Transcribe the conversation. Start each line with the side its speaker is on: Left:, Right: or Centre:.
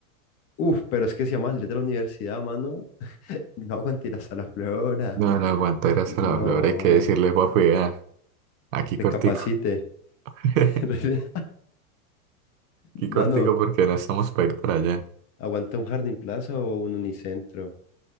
Left: Uf, pero es que si llama el de la universidad, mano, <laughs> no aguante ir hasta la flora.
Right: No, no aguantar hasta
Left: No,
Right: la Flora, hay que decirle, papi, ah, aquí
Left: recapacite.
Right: cortico. <laughs>
Left: <laughs> Re-
Right: Qué
Left: Mano,
Right: cortico porque no estamos para ir para allá.
Left: aguanta un Jardín Plaza o un Unicentro,